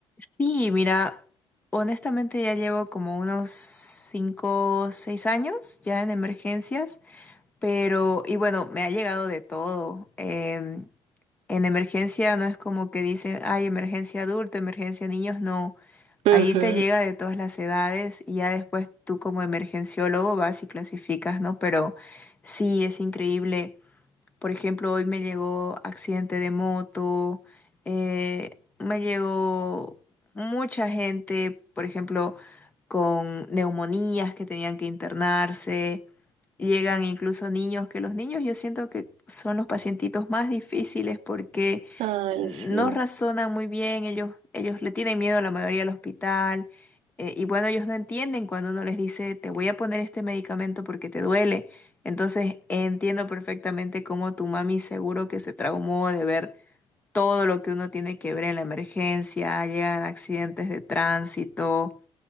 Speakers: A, on the left; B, on the right.
A: sí, mira, honestamente ya llevo como unos 5, 6 años ya en emergencias, pero, y bueno, me ha llegado de todo. Em, en emergencia no es como que dicen, ay, emergencia adulto, emergencia niños, no.
B: Ujú.
A: Ahí te llega de todas las edades y ya después tú como emergenciólogo vas y clasificas, ¿no? Pero sí, es increíble. Por ejemplo, hoy me llegó accidente de moto, eh, me llegó mucha gente, por ejemplo, con neumonías que tenían que internarse. Llegan incluso niños, que los niños yo siento que son los pacientitos más difíciles porque
B: Ay,
A: no
B: sí.
A: razonan muy bien, ellos, ellos le tienen miedo a la mayoría al hospital. eh, y bueno, ellos no entienden cuando uno les dice, te voy a poner este medicamento porque te duele entonces entiendo perfectamente cómo tu mami seguro que se traumó de ver todo lo que uno tiene que ver en la emergencia, llegan accidentes de tránsito,